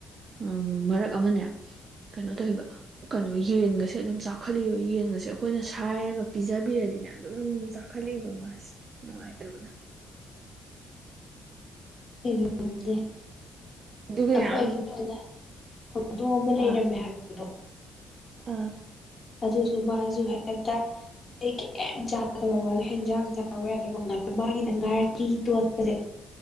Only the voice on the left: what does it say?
<inaudible> ꯑꯩꯈꯣꯏꯒꯤ
ꯑꯩꯈꯣꯏꯒꯤ
ꯑꯣꯏꯅ ꯍꯧꯗꯣꯡ ꯑꯃ ꯂꯩꯔꯝꯃꯦ
ꯍꯥꯏꯕ ꯑꯗꯣ
ꯑꯗꯨꯁꯨ ꯃꯥꯁꯨ ꯍꯦꯛꯇ ꯑꯩ ꯀꯩꯝ ꯆꯥꯗꯕ ꯃꯣꯗꯣ ꯍꯦꯟꯖꯥꯡ ꯆꯥꯎ ꯌꯥꯗꯕꯥ ꯃꯥꯒꯤꯅ ꯉꯥꯔꯤ ꯇꯣꯠꯄꯁꯦ